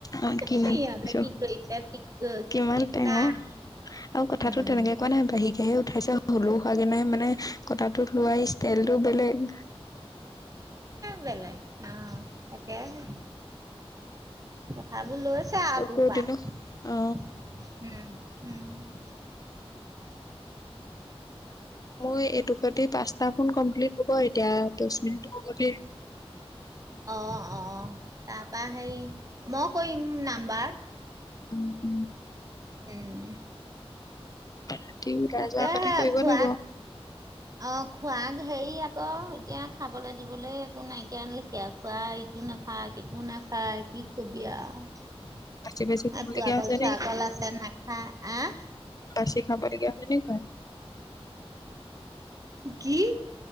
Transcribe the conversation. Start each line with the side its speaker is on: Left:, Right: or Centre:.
Left: অ', কি
Right: সিহঁতে
Left: নাম দিছো
Right: কি কৰিছে ঠিক-ঠিক
Left: কিমান টেঙৰ
Right: নাই।
Left: আৰু কথাতটো
Right: উম,
Left: তেনেকে কোৱা নাই, বাহিকাহে উঠাইছে হলেও হোৱাগে নাই মানে কথাটো লোৱাই তেল টো বেলেগ।
Right: বেলেগ অ', তাকেহে। ভাবোৰ লৈছা আৰু তোৰ
Left: কৰি
Right: পা।
Left: দিলো অ
Right: উম'-উম'।
Left: মোৰ এইটো শৈতে পচটা ফোন কমপ্লিট হ'ব এতিয়া। দ মিনিট <unintelligible>
Right: অ', অ', তাৰ পৰাা হে মই কৰিম নাম্বাৰ।
Left: উম'-উম'।
Right: উম'।
Left: ৰাতি ওলাই
Right: অ',
Left: যোৱাৰ
Right: তাকে
Left: আগতে
Right: হে
Left: কৰিব
Right: খোৱা
Left: লাগিব
Right: অ', খোৱাং হেই আক এতিয়া খাবলৈ দিবলৈ একো নাইকিয়া নেকি আৰু খোৱা ইটো নাখায় ইটো নাখায় কি কবি আৰু।
Left: বাচি
Right: <unintelligible>
Left: বাচি খাবলগীয়া
Right: কল চোৱা
Left: হৈছে
Right: কল আছে নাখাই, আহ?
Left: বেছি খাব দিলে <unintelligible>
Right: কি?